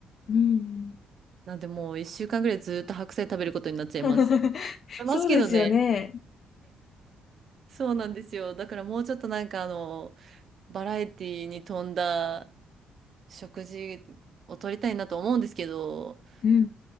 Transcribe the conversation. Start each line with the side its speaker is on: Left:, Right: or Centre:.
Left: うん。
Right: なんでもう一週間ぐらいずっと白菜食べることになっちゃいます。
Left: <laughs>
Right: いますけどね。
Left: そうですよね。
Right: そうなんですよ。だからもうちょっとなんかあの、バラエティに富んだ食事を取りたいなと思うんですけど、
Left: うん。